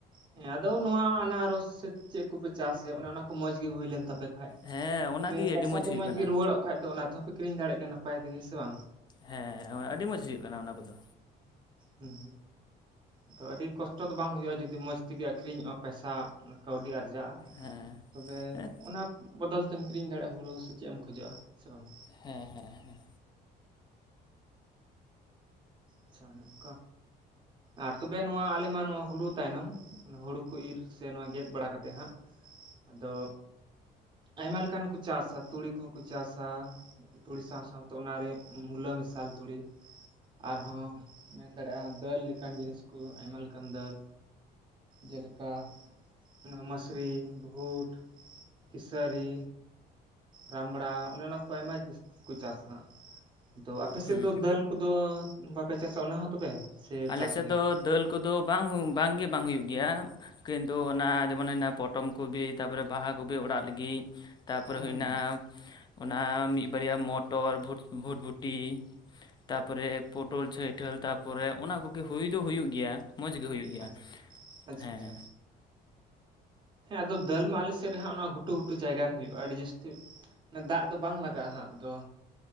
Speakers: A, on the right (about 30°); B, on the left (about 25°).
A: ᱦᱮᱸ ᱟᱫᱚ ᱱᱚᱣᱟ ᱟᱱᱟᱨᱚᱥ ᱥᱮ ᱪᱮᱫ ᱠᱚᱯᱮ ᱪᱟᱥ ᱜᱮ ᱚᱱᱮ ᱚᱱᱟ ᱠᱚ ᱢᱚᱸᱡᱽ ᱜᱤ ᱦᱩᱭ ᱞᱮᱱ ᱛᱟᱯᱮ ᱠᱷᱟᱡ
B: ᱦᱮᱸ
A: ᱛᱚᱵᱮ
B: ᱚᱱᱟᱜᱮ
A: ᱯᱚᱭᱥᱟ
B: ᱟᱹᱰᱤ
A: ᱠᱚ
B: ᱦᱩᱭᱩᱜ
A: ᱢᱚᱸᱡᱽ
B: ᱠᱟᱱᱟ
A: ᱜᱮ ᱨᱩᱣᱟᱹᱲᱚᱜ ᱠᱷᱟᱡ ᱫᱚ ᱚᱱᱟ ᱛᱮᱦᱚᱸᱯᱮ ᱠᱤᱨᱤᱧ ᱫᱟᱲᱮᱭᱟᱜ ᱜᱮᱭᱟ ᱱᱟᱯᱟᱭ ᱛᱮᱜᱮ ᱥᱮ ᱵᱟᱝ
B: ᱦᱮᱸ ᱟᱹᱰᱤ ᱢᱚᱡᱽ ᱦᱩᱭᱩᱜ ᱠᱟᱱᱟ ᱚᱱᱟ ᱠᱚᱫᱚ
A: ᱦᱩᱸ ᱦᱩᱸ ᱛᱚ ᱟᱹᱰᱤ ᱠᱚᱥᱴᱚ ᱫᱚ ᱵᱟᱝ ᱦᱩᱭᱩᱜᱼᱟ ᱡᱩᱫᱤ ᱢᱚᱸᱡᱽ ᱛᱮᱜᱮ ᱟᱠᱷᱨᱤᱧᱚᱜᱼᱟ ᱯᱚᱭᱥᱟ ᱠᱟᱹᱣᱰᱤ ᱟᱨ- ᱵᱟᱡᱟᱜᱼᱟ
B: ᱦᱮᱸ
A: ᱛᱚᱵᱮ
B: ᱦᱮᱸ
A: ᱚᱱᱟ ᱵᱚᱫᱚᱞ ᱛᱮᱢ ᱠᱤᱨᱤᱧ ᱫᱟᱲᱮᱭᱟᱜᱼᱟ ᱦᱩᱲᱩ ᱥᱮ ᱪᱮᱫ ᱮᱢ ᱠᱷᱚᱡᱚᱜᱼᱟ ᱥᱮ ᱵᱟᱝ
B: ᱦᱮᱸ ᱦᱮᱸ ᱦᱮᱸ
A: ᱟᱪᱪᱷᱟ ᱚᱱᱠᱟ ᱟᱨ ᱛᱚᱵᱮ ᱱᱚᱣᱟ ᱟᱞᱮᱢᱟ ᱱᱚᱣᱟ ᱦᱩᱲᱩ ᱛᱟᱭᱱᱚᱢ ᱦᱩᱲᱩ ᱠᱚ ᱤᱨ ᱥᱮ ᱜᱮᱫ ᱵᱟᱲᱟ ᱠᱟᱛᱮᱜ ᱦᱟᱸᱜ ᱟᱫᱚ ᱟᱭᱢᱟ ᱞᱮᱠᱟᱱ ᱠᱚ ᱪᱟᱥᱟ ᱛᱩᱲᱤ ᱠᱚᱦᱚᱸ ᱠᱚ ᱪᱟᱥᱟ ᱛᱩᱲᱤ ᱥᱟᱶ ᱥᱟᱶᱛᱮ ᱚᱱᱟᱨᱮ ᱢᱩᱞᱟᱹ ᱢᱮᱥᱟᱞ ᱛᱩᱲᱤ ᱟᱨᱦᱚᱸ ᱢᱮᱱ ᱫᱟᱲᱮᱭᱟᱜᱼᱟᱢ ᱫᱟᱹᱞ ᱞᱮᱠᱟᱱ ᱡᱤᱱᱤᱥ ᱠᱚ ᱟᱭᱢᱟ ᱞᱮᱠᱟᱱ ᱫᱟᱹᱞ ᱡᱮᱞᱮᱠᱟ ᱚᱱᱟ ᱢᱟᱥᱨᱤ ᱵᱷᱩᱴ ᱠᱮᱥᱟᱹᱨᱤ ᱨᱟᱢᱲᱟ ᱚᱱᱮ ᱚᱱᱟ ᱠᱚ ᱟᱭᱢᱟ ᱡᱟᱹᱥᱛᱤ ᱠᱚ ᱪᱟᱥᱟ ᱟᱫᱚ ᱟᱯᱮ ᱥᱮᱫ
B: ᱦᱩᱸ᱾
A: ᱫᱚ ᱫᱟᱹᱞ ᱠᱚᱫᱚ ᱵᱟᱯᱮ ᱪᱟᱥᱟ ᱚᱱᱟ ᱦᱚᱸ ᱛᱚᱵᱮ ᱥᱮ
B: ᱟᱞᱮ
A: ᱪᱟᱥ
B: ᱥᱮᱫ
A: ᱜᱮ
B: ᱫᱚ
A: ᱦᱟᱜ
B: ᱫᱟᱹᱞ ᱠᱚᱫᱚ ᱵᱟᱝ ᱵᱟᱝᱜᱮ ᱵᱟᱝ ᱦᱩᱭᱩᱜ ᱜᱮᱭᱟ ᱠᱤᱱᱛᱩ ᱚᱱᱟ ᱡᱮᱢᱚᱱ ᱦᱩᱭᱱᱟ ᱯᱚᱴᱚᱢ ᱠᱩᱵᱤ ᱛᱟᱨᱯᱚᱨᱮ ᱵᱟᱦᱟ ᱠᱚᱵᱤ ᱚᱲᱟᱜ ᱞᱟᱹᱜᱤᱫ ᱛᱟᱯᱚᱨᱮ
A: ᱦᱟᱸᱜ
B: ᱦᱩᱭᱱᱟ
A: ᱦᱩᱸ
B: ᱚᱱᱟ ᱢᱤᱫ ᱵᱟᱨᱭᱟ ᱢᱚᱴᱚᱨ, ᱵᱷᱩᱴᱼ ᱵᱷᱩᱴᱵᱷᱩᱴᱤ ᱛᱟᱯᱚᱨᱮ ᱯᱚᱴᱚᱞ ᱪᱷᱟᱹᱭᱴᱟᱹᱞ ᱛᱟᱯᱚᱨᱮ ᱚᱱᱟ ᱠᱚᱜᱮ ᱦᱩᱭ ᱫᱚ ᱦᱩᱭᱩᱜ ᱜᱮᱭᱟ ᱢᱚᱡᱽ ᱜᱮ ᱦᱩᱭᱩᱜ ᱜᱮᱭᱟ
A: ᱟᱪᱪᱷᱟ ᱟᱪᱪᱷᱟ
B: ᱦᱮᱸ
A: ᱟᱪᱪᱷᱟ ᱦᱮᱸ ᱟᱫᱚ ᱫᱟᱹᱞ ᱢᱟ ᱟᱞᱮ ᱥᱮᱫ ᱨᱮᱦᱟᱸᱜ ᱚᱱᱟ ᱜᱷᱩᱴᱩ ᱜᱷᱩᱴᱩ ᱡᱟᱭᱜᱟ ᱨᱮ ᱦᱩᱭᱩᱜᱼᱟ ᱟᱹᱰᱤ ᱡᱟᱹᱥᱛᱤ ᱫᱟᱜ ᱫᱚ ᱵᱟᱝ ᱞᱟᱜᱟᱜᱼᱟ ᱦᱟᱸᱜ ᱟᱫᱚ